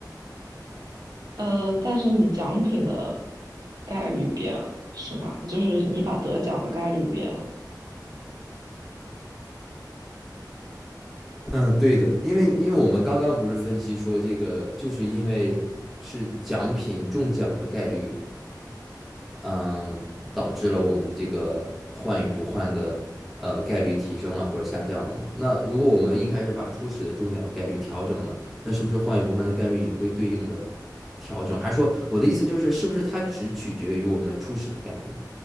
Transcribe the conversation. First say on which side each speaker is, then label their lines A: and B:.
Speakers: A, on the right (about 60°); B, in the centre.
A: 呃，但是你奖品的概率变了，是吗？就是你把得奖的概率变了，
B: 嗯，对的，因为因为我们刚刚不是分析说这个，就是因为是奖品中奖的概率嗯，导致了我们这个换与不换的呃概率提升了或者下降了嘛？那如果我们一开始把初始的中奖的概率调整了，那是不是换与不换的概率也会对应的调整？还是说我的意思就是，是不是它只取决于我们初始的概率